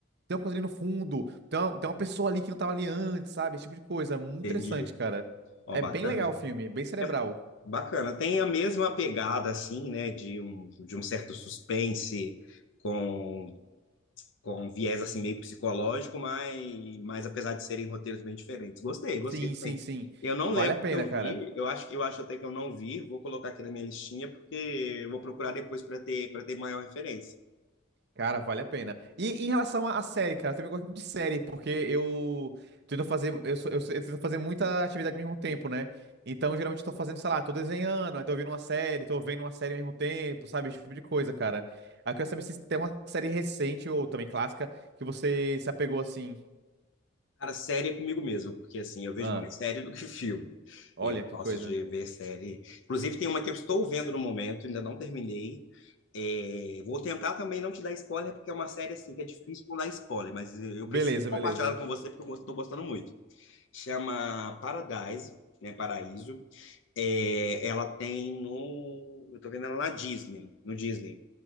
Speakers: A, on the right; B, on the left.
A: tem uma coisa ali no fundo, tem uma, tem uma pessoa ali que não tava ali antes, sabe? Esse tipo de coisa. é Muito
B: Entendi.
A: interessante, cara.
B: Ó,
A: É
B: bacana.
A: bem legal o filme, bem cerebral.
B: É bacana. Tem a mesma pegada, assim, né, de um, de um certo suspense com com viés assim meio psicológico, mas, mas apesar de serem roteiros bem diferentes. Gostei, gostei
A: Sim,
B: também.
A: sim, sim.
B: Eu não
A: Vale
B: lembro
A: a pena,
B: que eu
A: cara.
B: vi, eu acho, eu acho até que eu não vi, vou colocar aqui na minha listinha, porque eu vou procurar depois para ter, para ter maior referência.
A: Cara, vale a pena. E, em relação à à série, cara, eu também gosto muito de série, porque eu tento fazer, eu, sou- eu, sou- eu tento fazer muita atividade ao mesmo tempo, né? Então, geralmente eu tô fazendo, sei lá, tô desenhando, aí tô ouvindo uma série, tô vendo uma série ao mesmo tempo, sabe? Esse tipo de coisa, cara. Aí eu quero saber se tem uma série recente ou também clássica que você se apegou assim.
B: Cara, série é comigo mesmo, porque assim, eu vejo
A: Ah,
B: mais série do que <laughs> filme.
A: olha
B: Eu
A: que
B: gosto
A: coisa.
B: de ver série. Inclusive, tem uma que eu estou vendo no momento, ainda não terminei. É, Vou tentar também não te dar spoiler, porque é uma série assim que é difícil não dar spoiler, mas eu
A: Beleza,
B: preciso compartilhar
A: beleza.
B: ela com você porque eu estou gostando muito. Chama Paradise, né? Paraíso. É, Ela tem no. Eu tô vendo ela na Disney, no Disney,